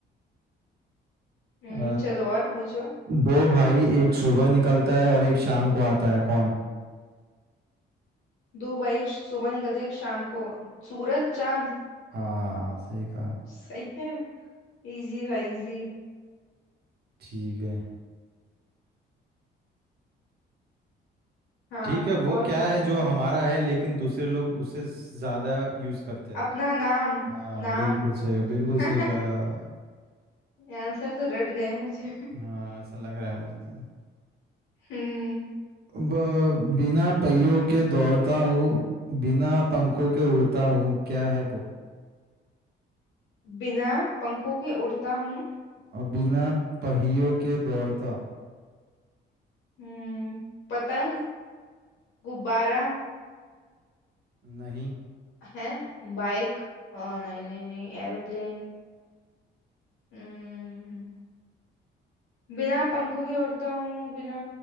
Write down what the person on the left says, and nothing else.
हम्म
चलो और पूछो
दो भाई एक सुबह निकलते एक शाम को सूरज चांद
सही है इजी था इजी
हाँ
और
पूछो
अपना नाम
नाम
<laughs>
आंसर तो रट गए मुझे
हम्म
बिना पंखों के उड़ता हूँ
हम्म पतंग गुब्बारा
है बाइक अ, नहीं नहीं नहीं एरोप्लेन हम्म बिना पंखों के उड़ता हूँ बिना